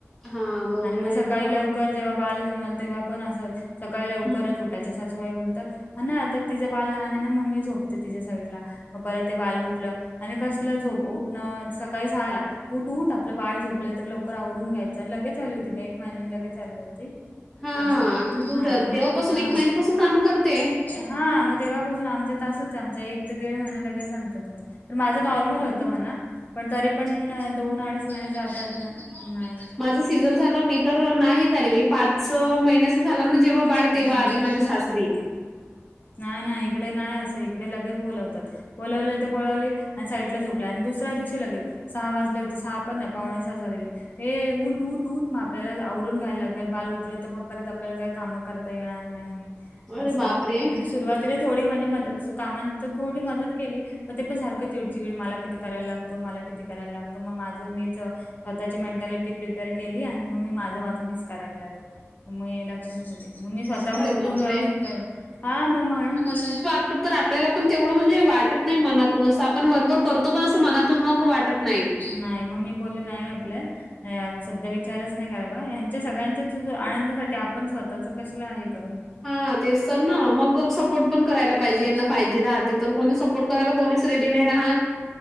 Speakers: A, in the centre; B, on the left.
A: हां, बरोबर
B: आणि मग
A: आहे
B: सकाळी
A: ना गं.
B: लवकर जेव्हा बाळ घेऊन आल तेव्हा पण असत सकाळी लवकरच
A: हं.
B: उठ टच्याासूबाई बोलतात हा ना आता तिचं बाल लहान आहे ना मम्मी झोपते तिच्या साईडला मग परत ते बाल उठलं आणि कसलं झो उठणं सकाळी झाला उठ उठ आपलं बाळ झोपलंय तर लवकर आवरून घ्यायचं आणि लगेच आली होती मी एक महिन्या लगेच आली होती
A: हां,
B: तस
A: तू
B: हा
A: तर
B: म
A: तेव्हापासून
B: हा
A: महिन्यापासून कामं करते.
B: हा म तेव्हापासून आमच्या तासच आमच्या एक ते दीड महिने लगेच आणतात घरी पण माझं नॉर्मल
A: हं.
B: होतं म्हणा पण तरी
A: अच्छा.
B: पण दोन अडीच महिने जातात ना नाही
A: माझ सिजर झालं मी तर नाही झा मी पाच महिन्याच झाला ना जेव्हा बाळ
B: हम्म
A: तेव्हा आली माझ्या सासरी
B: नाही नाही इकडे नाही असं इकडे लगेच बोोलवतात बोलावले ते बोवले आणि साईडला झोपल्या आणि दुसऱ्या दिवशी लगेच सहा वाजले होते सहा पण नाही पावणे सहा झालेले हे उठ उऊठ उठ माप्याला आवरून घ्यायला लागत बाल उठलं तर मग परत आपल्याला काही काम करता येणार नाही
A: अरे
B: असं
A: बापरे!
B: आणि सुरवात तिला थोडी म्हणजे मदत कामाां तर थोडी मदत केली मग ते पण सारखं चिडचिड मला किती करायला लागतो मला किती करायला लागतो मग माझं मीच स्वतःची मेंटॅलिटी प्रिपेअर केली आणि मग मी माझं माझं मीच करायला लाग म्मी लक्षच न मम्मी स्वतःहून
A: अरे
B: उठून
A: बापरे!
B: व्याव शेतकारण हा मग म्हणून मला
A: तर तर आपल्याला पण तेवढं म्हणजे वाटत नाही मनातून असं आपण वरवरर करतो पण असं मनातून मग वाटत नाही
B: नाही मग मी बोल नाही आपलं सध्या विचारच नाही करावा सगळ्यांच्या आनंदासाठी आपण स्वतःच कश पण
A: हां, तेच तर ना. मग सपोर्ट पण करायला पाहिजे.
B: कलाे
A: यांना पाहिजे राहते कोणी सपोर्ट करायला कोणीच रेडी नाही राहात